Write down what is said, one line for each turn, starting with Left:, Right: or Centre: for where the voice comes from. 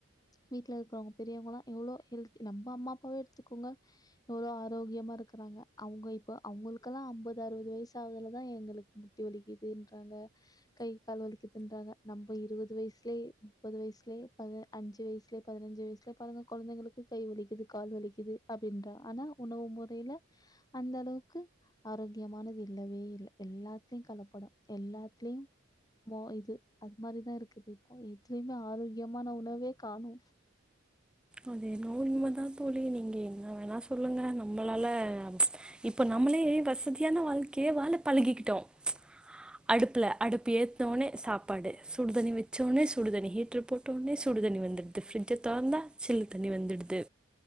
Left: வீட்ல இருக்கிறவங்க பெரியவங்க ல்லா எவ்வளோ ஹெல்தி நம்ம அம்மா அப்பாவே எடுத்துக்கோங்க எவ்ளோ ஆரோகியமா இருக்கறாங்க அவுங்க இப்ப அவுங்களுக்கெல்லா ஐம்பது அறுபது வயசுகுதுலதா எங்களுக்கு முட்டி வலிக்குதுன்றாங்க கை கால் வலிக்குதுன்றாங்க நம்ப இருபது வயசு யே முப்பது வய்சுலயே பத அஞ்சு வய்சுலயே பதினஞ்சு வைஸ்ல பாருங்க கொழந்தைங்களுக்கு கை வலிக்குது கால் வலிக்குது அப்பின்றா ஆனா உணவு முறையில அந்த அளவுக்கு ஆரோக்கியமானது இல்லவே இல்ல எல்லாத்லு கலப்படோ எல்லாத்லியு மோ இது அது மாரிதா இருக்குது கு எத்தலயுமே ஆரோக்கியோ மான உணவே காணு
Centre: அது என்னவோ உண்மதா தோழி நீங்க என்ன வேணா சொல்லுங்க நம்மளால ச்ச் இப்ப நம்மளே வசதியான வாழ்க்கையே வாழ பழகிக்கிட்டோ ச்ச் அடுப்புல அடுப்பு ஏத்தவோனே சாப்பாடு சுடுதண்ணி வச்சோனே சுடுதண்ணி ஹீட்ரு போட்டோனே சுடு தண்ணி வந்துட்து பிரிஜ்ஜ தொரந்தா சில்லு தண்ணி வந்துடுது